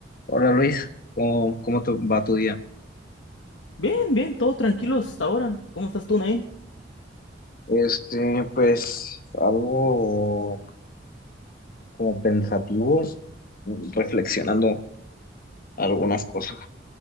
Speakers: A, on the left; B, on the left.
A: Hola Luis, ¿cómo, cómo te va tu día?
B: Bien, bien, todo tranquilo hasta ahora. ¿Cómo estás tú, Nain?
A: Este, pues algo como pensativo, reflexionando algunas cosas.